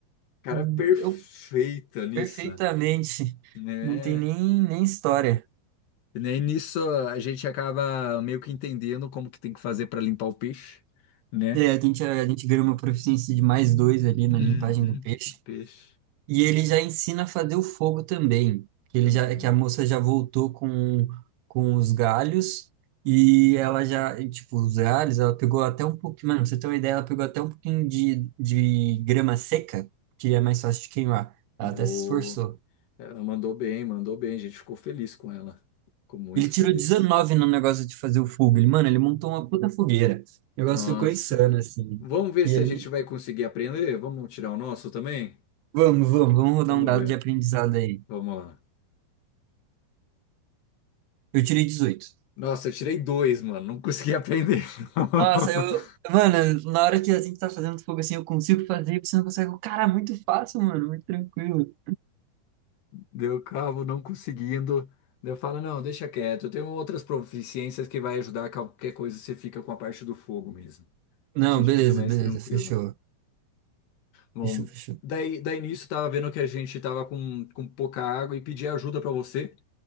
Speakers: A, on the left; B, on the right.
A: cara,
B: <tsk>
A: perfeita
B: Eu
A: nisso,
B: perfeitamente.
A: né?
B: Não tem nem, nem história.
A: E nem nisso a gente acaba meio que entendendo como que tem que fazer para limpar o peixe, né?
B: É, a gente, a gente ganha uma proficiência de mais dois ali na
A: Uhum.
B: limpagem do peixe.
A: Peixe.
B: E ele já ensina a fazer o fogo também. Que
A: Também.
B: ele já, que a moça já voltou com, com os galhos e ela já, e, tipo, os galhos, ela pegou até um pouquinho, mano, pra você ter uma ideia, ela pegou até um pouquinho de, de grama seca, que é mais fácil de queimar. Ela
A: Boa.
B: até se esforçou.
A: Ela mandou bem, mandou bem. A gente ficou feliz com ela. Ficou muito
B: Ele tirou
A: feliz.
B: 19 no negócio de fazer o fogo. Ele, mano, ele montou uma puta fogueira. O negócio
A: Nossa.
B: ficou insano, assim.
A: Vamos ver
B: E
A: se
B: ele,
A: a gente vai conseguir aprender. Vamos tirar o nosso também?
B: vamos, vamos, vamos rodar
A: Vamos
B: um dado
A: ver.
B: de aprendizado aí.
A: Vamos lá.
B: Eu tirei 18.
A: Nossa, eu tirei dois, mano. Não consegui aprender. <laughs>
B: Nossa, eu. Mano, na hora que a gente tá fazendo fogo assim, eu consigo fazer, você não consegue. Cara, muito fácil, mano, muito tranquilo.
A: Deu cabo, não conseguindo. Daí Eu falo, não, deixa quieto. Eu tenho outras proficiências que vai ajudar qualquer coisa. Você fica com a parte do fogo mesmo.
B: Não,
A: A gente
B: beleza,
A: fica mais
B: beleza,
A: tranquilo.
B: fechou.
A: Bom,
B: Fechou, fechou.
A: daí, daí nisso tava vendo que a gente tava com, com pouca água e pedi ajuda pra você,